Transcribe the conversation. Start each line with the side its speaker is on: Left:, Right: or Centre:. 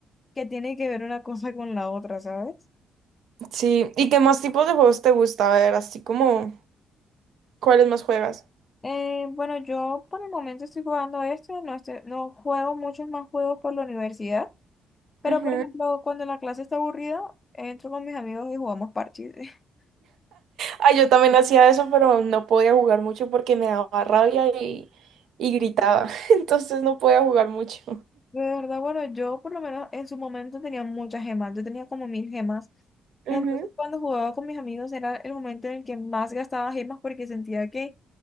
Left: que tiene que ver una cosa con la otra, ¿sabes?
Right: sí. ¿Y qué más tipos de juegos te gusta? A ver, así como, ¿cuáles más juegas?
Left: Eh, bueno, yo por el momento estoy jugando este, no, estoy, no juego muchos más juegos por la universidad, pero
Right: Ujú.
Left: por ejemplo, cuando la clase está aburrida, entro con mis amigos y jugamos parches. <laughs>
Right: Ay, yo también hacía eso, pero no podía jugar mucho porque me daba rabia y, y gritaba. <laughs> Entonces no podía jugar mucho.
Left: De verdad, bueno, yo por lo menos en su momento tenía muchas gemas, yo tenía como mil gemas.
Right: Ujú.
Left: Entonces, cuando
Right: <laughs>
Left: jugaba con mis amigos era el momento en el que más gastaba gemas porque sentía que